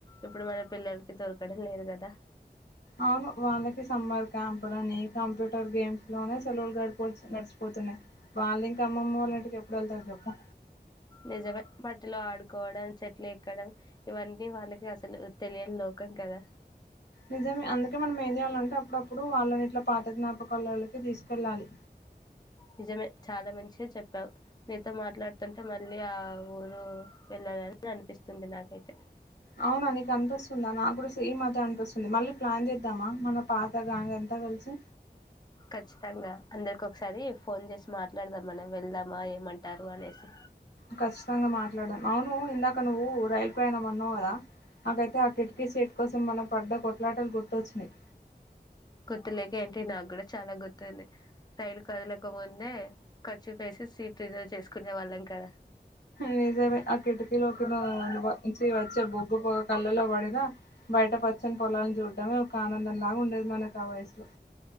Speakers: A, on the left; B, on the left.
A: ఇప్పుడు మన పిల్లలకి దొరకడం లేదు కదా
B: అవును వాళ్ళకి సంమ్మార్ క్యాంపులని కంప్యూటర్ గేమ్స్ లోనే సెలవులు గడి నడిచిపోతున్నాయి వాళ్ళు ఇంక అమ్మమ్మ వాళ్ళ ఇంటికి ఎప్పుడు వెళ్తారు చెప్పు
A: నిజమే పట్టిలో ఆడుకోవడం చెట్లు ఎక్కడం ఇవన్నీ వాళ్ళకి అసలు తెలియని లోకం కదా
B: నిజమే అందుకే మనం ఏం చేయాలంటే అప్పుడప్పుడు వాళ్ళని ఇట్లా పాత జ్ఞాపకలకి తీసుకెళ్ళాలి
A: నిజమే చాలా మంచిగా చెప్పావు నీతో మాట్లాడుతుంటే మళ్ళీ ఆ ఊరు వెళ్ళాలని అనిపిస్తుంది నాకైతే
B: అవునా నీకు అనిపిస్తుందా నాకు కూడా సేమ్ అనిపిస్తుంది మళ్ళీ ప్లాన్ చేద్దామా మన పాత గ్యాంగ్ అంత కలిసి
A: ఖచ్చితంగా అందరికి ఒకసారి ఫోన్ చేసి మాట్లాడదాం మనం వెళ్దామా ఏమంటారు అనేసి
B: ఖచ్చితంగా మాట్లాడాం అవును ఇందాక నువ్వు రైల్ ప్రయాణం అన్నావు కదా నాకైతే ఆ కిటికీ సీట్ కోసం మన పడ్డ కొట్లాటలు గుర్తొచ్చినాయి
A: గుర్తులేక ఏంటి నాకు కూడా చాలా గుర్తుంది రైలు కదక ముందే కర్చిప్ వేసి సీట్ రిజర్వ్ చేసుకునే వాళ్ళం కదా
B: నిజమే ఆ కిటికీలోకి న వంచి వచ్చే బొగ్గు పోగ కళ్ళలో పడిన బయట పచ్చని పొలాలను చూడటమే ఒక ఆనందంలాగా ఉండేది మనకు ఆ వయసులో